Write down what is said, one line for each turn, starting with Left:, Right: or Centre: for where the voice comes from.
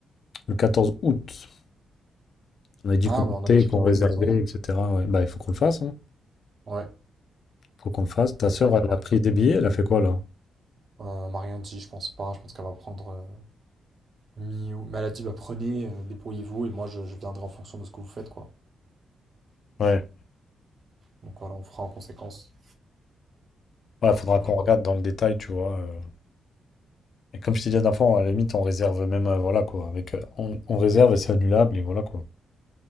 Left: le 14 août? On a dit
Right: Ah,
Left: qu'on
Right: bah
Left: comptait,
Right: on avait dit
Left: qu'on
Right: qu'on louait
Left: réservait,
Right: une maison, non?
Left: etc. ouais. Bah, il faut qu'on le fasse, hein.
Right: Ouais,
Left: Faut qu'on le fasse. Ta
Right: bah
Left: sœur,
Right: clairement,
Left: elle
Right: bah.
Left: a pris des billets, elle a fait quoi là?
Right: Euh, elle m'a rien dit, je pense pas. Je pense qu'elle va prendre euh, mi ou- Mais elle a dit, bah prenez, euh, débrouillez-vous, et moi je, je viendrai en fonction de ce que vous faites, quoi.
Left: Ouais.
Right: Donc voilà, on fera en conséquence,
Left: Ouais, faudra
Right: tu vois.
Left: qu'on regarde dans le détail, tu vois. euh. Et comme je t'ai dit la dernière fois, à la limite, on réserve même, euh, voilà quoi. Avec, euh, on, on réserve et c'est annulable et voilà quoi.